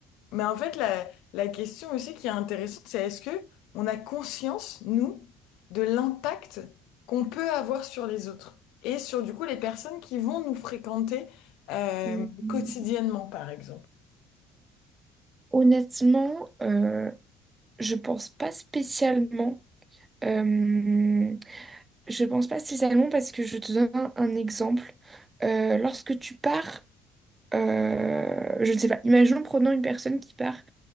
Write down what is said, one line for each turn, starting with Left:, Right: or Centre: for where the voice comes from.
Left: mais en fait, la, la question aussi qui est intéressante, c'est est-ce que on a conscience, nous, de l'impact qu'on peut avoir sur les autres et sur du coup les personnes qui vont nous fréquenter euh,
Right: Mm, mm.
Left: quotidiennement, par exemple.
Right: Honnêtement, euh, je pense pas spécialement. Euh, je pense pas spécialement parce que je te donne un, un exemple. Euh, lorsque tu pars, euh, je ne sais pas, imaginons prenons une personne qui part